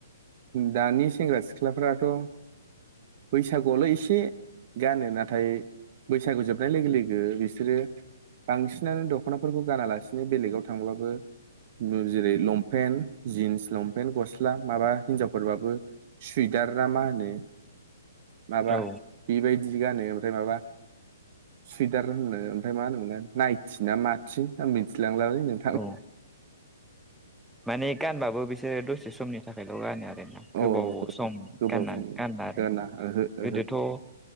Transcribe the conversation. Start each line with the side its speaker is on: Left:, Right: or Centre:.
Right: दानि सेंग्रा सिख्लाफथ' बैसागुआवल' एसे गानो नाथाय बैसागु जोबनाय लोगो लोगो बिस बिसोरो बांसिनानो दख'नाफोरखौ गानालासिनो बेलेगाव थांब्लाबो जेरै लंपेन्ट जिन्स लंपेन्ट गस्ला माबा हिनजावफोरबाबो सुइदारना मा होनो माबा
Centre: औ
Right: बेबायदि गानो ओमफ्राय माबा सुइदार होनो ओमफ्राय मा होनो मोनलाय नायथिना माथि आं मिथिलांलालै नों
Centre: औ माने गानबाबो बिसोरो दसे समनि थाखायल' गानो आरोना गोबाव
Right: अ
Centre: सम
Right: गोबाव
Centre: गाननानै
Right: सम
Centre: गानला आरो
Right: गाना ओहो
Centre: गोदोथ'
Right: ओहो